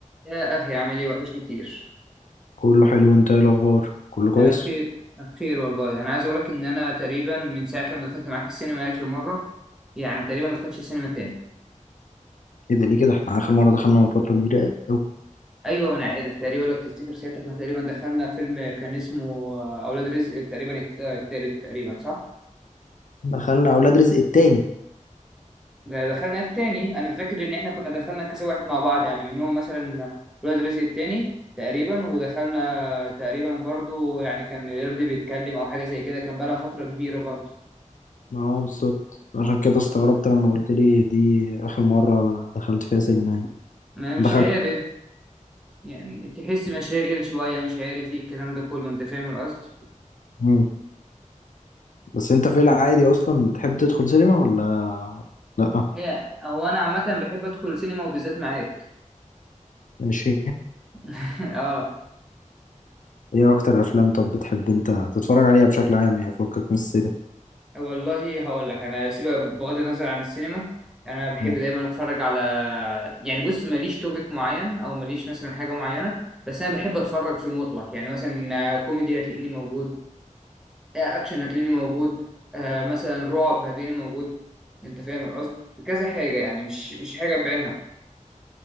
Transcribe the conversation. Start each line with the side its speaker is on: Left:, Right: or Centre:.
Centre: يا أخي عامل إيه وحشني كتير
Left: كله حلو انت ايه الاخبار كله كويس
Centre: أنا بخير بخير والله أنا عايز أقولك إن أنا تقريبا من ساعة لما دخلت معاك السينما آخر مرة يعني تقريبا ما دخلتش السينما تاني
Left: ايه ده ليه كده احنا اخر مره دخلنا من فتره كبيره قوي
Centre: أيوه ما أنا عارف تقريبا لو تفتكر ساعتها كنا تقريبا دخلنا فيلم كان اسمه آه، أولاد رزق تقريبا الت- آه، التالت تقريبا صح؟
Left: دخلنا اولاد رزق التاني
Centre: ده دخلنا التاني أنا فاكر إن إحنا كنا دخلنا كذا واحد مع بعض يعني منهم مثلا أولاد رزق التاني تقريبا ودخلنا تقريبا برضو يعني كان يرضي بيتكلم أو حاجة زي كده كان بقالها فترة كبيرة برضو
Left: ما هو بالظبط عشان كده استغربت لما قلت لي دي اخر مره دخلت فيها سينما يعني
Centre: ما مش
Left: دخلت
Centre: عارف يعني تحس مشاغل شوية مش عارف ايه الكلام ده كله انت فاهم القصد
Left: مم. بس انت في العادي اصلا بتحب تدخل سينما ولا لا
Centre: هي هو انا عامة بحب ادخل سينما وبالذات معاك
Left: ماشي
Centre: <laughs> اه
Left: ايه اكتر افلام طب بتحب انت تتفرج عليها بشكل عام يعني فكك من السينما
Centre: والله هقول لك انا سيبك بغض النظر عن السينما انا بحب
Left: مم.
Centre: دايما اتفرج على يعني بص ماليش توبيك معين او ماليش مثلا حاجة معينة بس انا بحب اتفرج في المطلق يعني مثلا آه، كوميدي هتلاقيني موجود آه، اكشن هتلاقيني موجود آه، مثلا رعب هتلاقيني موجود انت فاهم القصد كذا حاجة يعني مش مش حاجة بعينها